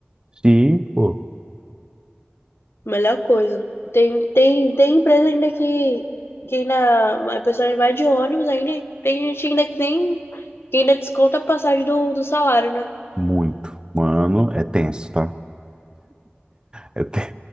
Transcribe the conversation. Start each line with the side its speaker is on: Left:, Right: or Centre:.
Right: Sim, pô,
Left: Melhor coisa. Tem, tem, tem empresa ainda que, que ainda a pessoa vai de ônibus, ainda tem gente ainda que nem que ainda desconta a passagem do, do salário, né?
Right: muito. Mano, é tenso, tá? Eu tenho-